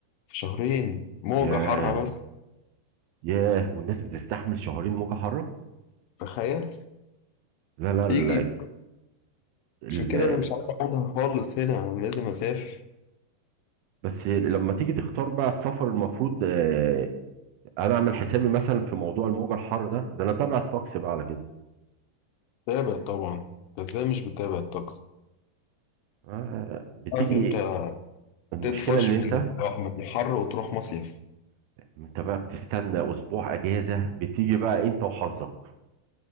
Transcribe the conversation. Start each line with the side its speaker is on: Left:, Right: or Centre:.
Left: في شهرين موجة
Right: ياه
Left: حارة بس
Right: ياه والناس بتستحمل شهرين موجة حارة
Left: تخيل
Right: لا لا ال...
Left: يجي
Right: ال...
Left: عشان كده انا مش عارف اخدها خالص هنا انا لازم اسافر
Right: بس لما تيجي تختار بقى السفر المفروض آه، أنا أعمل حسابي مثلا في موضوع الموجة الحارة ده ده أنا تابع الطقس بقى على كده
Left: بتابع طبعا انت ازاي مش بتابع الطقس
Right: آه، بتيجي
Left: عارف امتى
Right: المشكلة
Left: تطفش
Right: إن أنت
Left: من الجو- من الحر وتروح مصيف
Right: انت بقى بتستنى اسبوع اجازه بتيجي بقى انت وحظك